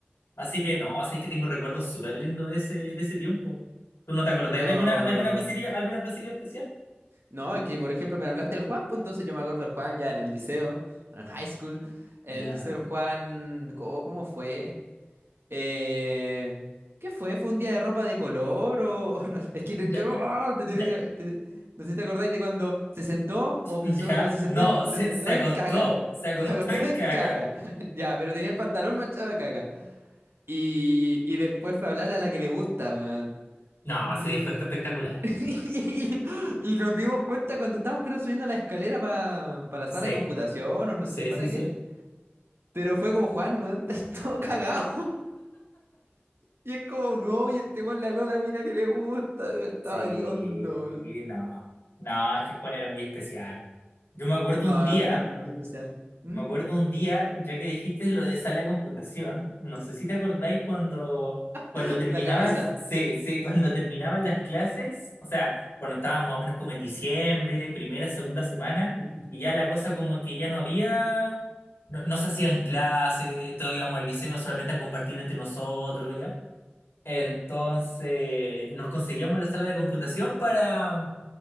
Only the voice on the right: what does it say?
Yo...
No, es que por ejemplo me hablaste del Juan, pues entonces yo me acuerdo del Juan ya en el liceo, en el high school. En
el liceo del Juan, ¿cómo, cómo fue? Eh, ¿qué fue? ¿Fue un día de ropa de color o...? <laughs> o no? es que no-
yo... ah, te debería-
te- no sé si te acordáis de cuando se sentó
o pisó...
No, se sentó
en, se
sentó
en
caga.
<laughs>
Se acostó
en
caga. <laughs> Ya, pero tenía el pantalón manchado de caga. Y, y después fue a hablarle a la que le gusta, weón.
Y,
<laughs> y nos dimos cuenta cuando estábamos, creo, subiendo la escalera para la
sala de computación o no
sé para
qué. Pero fue como, Juan, weón, <laughs> estás todo cagado. Y es como, no, y este weón le habló a la mina que le gusta, y estaba
hediondo. weón.
No,
el jugar me muy especial. ¿Mm?
<laughs>
La camisa.